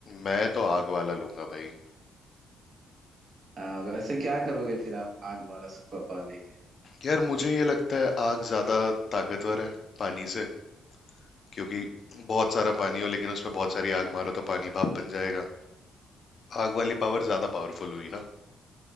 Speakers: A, on the left (about 50°); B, on the right (about 50°).
A: मैं तो आग वाला लूंगा भाई
B: आ, वैसे क्या करोगे फिर आप आग वाला सुपर पावर लेके
A: यार मुझे ये लगता है आग ज्यादा ताकतवर है पानी से क्योंकि बहुत सारा पानी हो लेकिन उसमें बहुत सारी आग मारो तो पानी भाप बन जाएगा आग वाली पावर ज्यादा पावरफुल हुई ना